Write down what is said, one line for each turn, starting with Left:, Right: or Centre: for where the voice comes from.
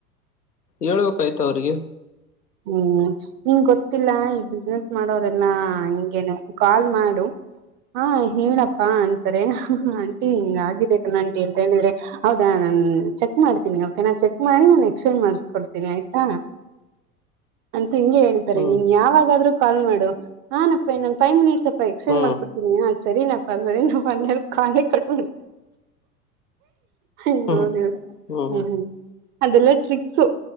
Left: ಹೇಳ್ಬೇಕಾಯ್ತು ಅವ್ರಿಗೆ
Right: ಹ್ಮ್ ನಿಂಗ ಗೊತ್ತಿಲ್ಲ ಈ ಬಿಸ್ನೆಸ್ ಮಾಡೋರೆಲ್ಲಾ ಹಿಂಗೆೇನೆ ಕಾಲ್ ಮಾಡು ಹಾ ಹೇಳಪ್ಪಾ ಅಂತಾರೆ ಆಂಟಿ ಹಿಂಗ ಆಗಿದೆ ಕಣಂಟಿ ಅಂತ ಹೇಳಿದ್ರೆ ಹೌದಾ ನಾನ್ ಚೆಕ್ ಮಾಡ್ತೀನಿ ಓಕೆ ನಾ ಚೆಕ್ ಮಾಡಿ ನಾನು ಎಕ್ಸ್ಚೇಂಜ್ ಮಾಡ್ಸ್ಕೊಡ್ತೀನಿ ಆಯ್ತಾ ಅಂತ ಹಿಂಗೆ ಹೇಳ್ತಾರೆ
Left: ಹ್ಮ್
Right: ನೀನ್ ಯಾವಾಗಾದರೂ ಕಾಲ್ ಮಾಡು ಹಾನಪ್ಪಿ ಫೈವ್ ಮಿನಿಟ್ಸ್ ಪ್ಪ ಎಕ್ಸ್ಚೇಂಜ್
Left: ಹ್ಮ್
Right: ಮಾಡ್ಕೊಡ್ತೀನಿ ಸರಿನಪ್ಪ ಸರಿನಪ್ಪ ನಾ ಅಂತಾ ಕಾಲೆ ಕಟ್ ಹ
Left: ಹ್ಮ್
Right: ನೋದ
Left: ಹ್ಮ್
Right: ಹ್ಮ್ ಅದೆಲ್ಲಾ ಟ್ರಿಕ್ಸು